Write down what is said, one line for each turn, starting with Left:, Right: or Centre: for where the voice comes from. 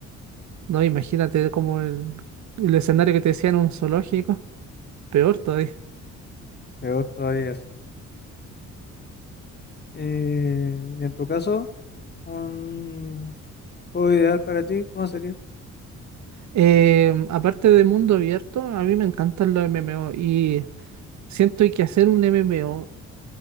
Right: No, imagínate como el, el escenario que te decía en un zoológico, peor todavía.
Left: Peor todavía, sí. Eh, y en tu caso, un juego ideal para ti, ¿cómo sería?
Right: Eh, aparte de mundo abierto, a mí me encantan los MMO y siento que hacer un MMO